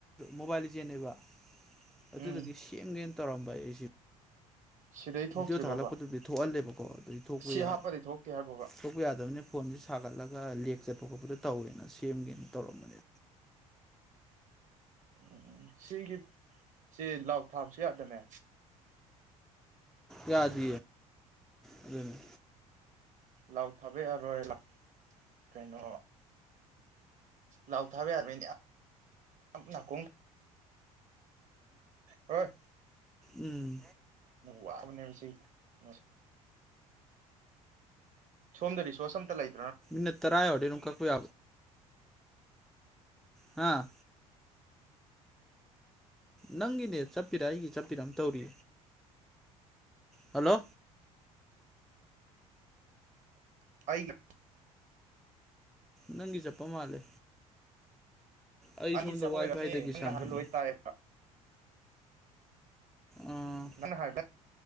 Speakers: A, in the centre; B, on the right (about 45°).
A: ꯃꯣꯕꯥꯏꯜ ꯆꯦꯟꯅꯕ ꯑꯗꯨꯗꯒꯤ
B: ꯎꯝ
A: ꯁꯦꯡꯒ ꯇꯧꯔꯝꯕ ꯑꯩꯁꯤ
B: ꯁꯤꯗꯩ ꯊꯣꯛꯇ꯭ꯔꯤꯕꯣꯕ
A: ꯚꯤꯗꯤꯑꯣ ꯊꯥꯒꯠꯂꯛꯄꯗꯨꯗꯤ ꯊꯣꯛꯍꯜꯂꯦꯕꯀꯣ ꯑꯗꯨꯗꯤꯄ
B: ꯁꯤ ꯍꯥꯞꯄꯗꯩ ꯊꯣꯛꯇꯦ ꯍꯥꯏꯕꯣꯕ
A: ꯊꯣꯛꯄ ꯌꯥꯗꯕꯅꯤ ꯐꯣꯟꯁꯦ ꯁꯥꯒꯠꯂꯒ ꯂꯦꯛ ꯆꯠꯄ ꯈꯣꯠꯄꯗ ꯇꯧꯋꯦꯅ ꯁꯦꯝꯒꯦꯅ ꯇꯧꯔꯝꯕꯅꯦ
B: ꯎꯝ ꯁꯤꯒꯤ ꯁꯤ ꯂꯥꯎ ꯊꯥꯕꯁꯨ ꯌꯥꯗꯅꯦ
A: ꯌꯥꯗ ꯑꯗꯨꯅꯤ
B: ꯂꯥꯎ ꯊꯥꯕ ꯌꯥꯔꯣꯏ ꯂꯥꯎ ꯀꯩꯅꯣ ꯂꯥꯎ ꯊꯥꯕ ꯌꯥꯔꯣꯏꯅꯦ ꯅꯥꯀꯣꯡ ꯍꯣꯏ
A: ꯎꯝ
B: ꯋꯥꯕꯅꯦ ꯊ ꯑ ꯁꯣꯝꯗꯔꯤ ꯁꯣꯁꯟ ꯇꯂ ꯂꯩ
A: ꯃꯤ ꯇꯔꯥ ꯋꯥꯔꯤꯦ ꯑꯗꯨ ꯀꯣꯏ ꯍꯥꯥ ꯅꯪꯒꯤꯅꯦ ꯆꯠꯄꯤꯔꯥ ꯑꯩꯒꯤ ꯆꯠꯄꯤꯔꯑ ꯇꯧꯔꯤ ꯍꯜꯂꯣ
B: ꯑꯒ
A: ꯅꯪꯒꯤ ꯆꯠꯄ ꯃꯥꯜꯂꯦ ꯑꯩ
B: ꯑꯩꯒꯤ
A: ꯁꯣꯝꯗ
B: ꯆꯄ
A: ꯋꯥꯏ
B: ꯑꯣꯏꯔꯕꯅꯦ
A: ꯐꯥꯏꯗꯒꯤ
B: ꯅꯪꯅ
A: ꯁꯝꯃꯤꯅꯦ
B: ꯍꯥꯟ ꯂꯣꯏ ꯇꯥꯏꯌꯦꯕ
A: ꯑꯥ
B: ꯃꯅ ꯍꯥꯏ